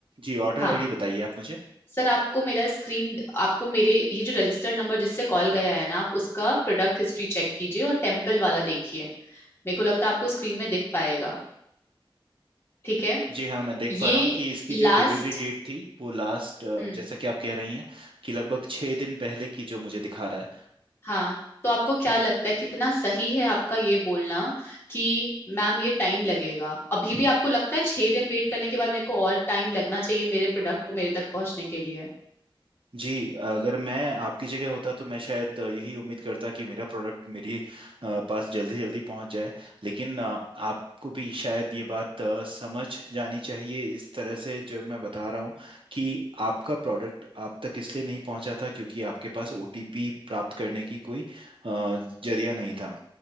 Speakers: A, on the right; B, on the left.
A: जी ऑर्डर आईडी
B: हाँ
A: बताइए आप मुझे
B: सर आपको मेरा स्क्रीन आपको मेरे ये जो रजिस्टर नंबर जिससे कॉल गया है ना आप उसका प्रोडक्ट हिस्ट्री चेक कीजिए और टेम्पल वाला देखिए मेरे को लगता है आपको स्क्रीन में दिख पाएगा ठीक है
A: जी हाँ मैं देख पा
B: ये
A: रहा हूँ कि इसकी
B: लास्ट
A: जो डिलीवरी डेट थी वो लास्ट
B: हम्म
A: जैसा कि आप कह रही हैं कि लगभग छः दिन पहले की जो मुझे दिखा रहा है
B: हाँ तो आपको क्या लगता है कितना सही है आपका ये बोलना कि मैम ये टाइम लगेगा अभी भी आपको लगता है छह दिन वेट करने के बाद मेरे को और टाइम लगना चाहिए मेरे प्रोडक्ट को मेरे तक पहुंचने के लिए
A: जी अगर मैं आपकी जगह होता तो मैं शायद अ, यही उम्मीद करता कि मेरा प्रोडक्ट मेरी अ, पास जल्दी जल्दी पहुंच जाए लेकिन अ, आपको भी शायद ये बात अ, समझ जानी चाहिए इस तरह से जो मैं बता रहा हूँ कि आपका प्रोडक्ट आप तक इसलिए नहीं पहुंचा था क्योंकि आपके पास ओटीपी प्राप्त करने की कोई अ, जरिया नहीं था